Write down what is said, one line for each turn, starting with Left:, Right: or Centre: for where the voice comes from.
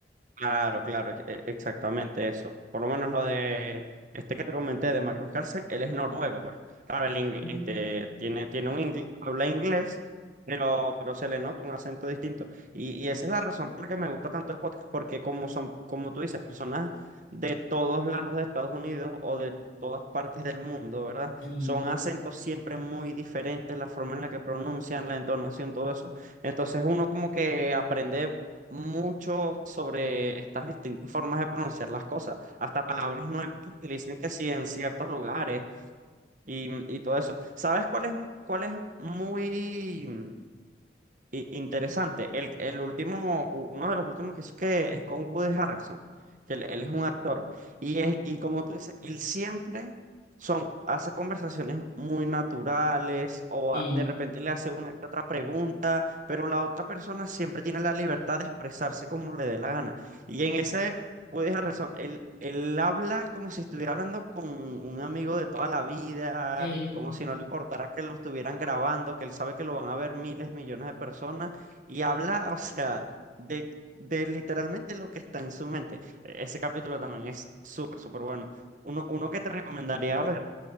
Right: Claro, claro, e- e- exactamente eso. Por lo menos lo de este que te comenté de Magnus Carlsen, él es noruego, pues. Claro, el ingle-
Left: Mm,
Right: este, tiene, tiene un ingle- habla inglés, pero, pero se le nota un acento distinto. Y, y esa es la razón por la que me gusta tanto el podcast, porque como son, como tú dices, personas de todos lados de Estados Unidos o de todas partes del mundo, ¿verdad?
Left: Sí,
Right: Son acentos siempre muy diferentes, la forma en la que pronuncian, la entonación, todo eso. Entonces uno como que aprende mucho sobre estas distintas formas de pronunciar las cosas, hasta palabras nuevas que utilizan que sí en ciertos lugares y, y todo eso. ¿Sabes cuál es, cuál es muy... I- interesante. El, el último, uno de los últimos que hizo que es con Woody Harrelson, que él, él es un
Left: ¿no?
Right: actor.
Left: Ujú.
Right: Y es, y como tú dices, él siempre son, hace conversaciones muy naturales, o
Left: sí,
Right: a- de repente le hace una que otra pregunta, pero la otra persona siempre tiene la libertad de expresarse como le dé la gana. Y en ese, Puedes dejar razón. Él, él habla como si estuviera hablando con un amigo de toda la vida,
Left: sí.
Right: como si no le importara que lo estuvieran grabando, que él sabe que lo van a ver miles, millones de personas, y habla, <laughs> o sea, de, de literalmente lo que está en su mente. E- Ese capítulo también es súper, súper bueno. Uno, uno que te recomendaría ver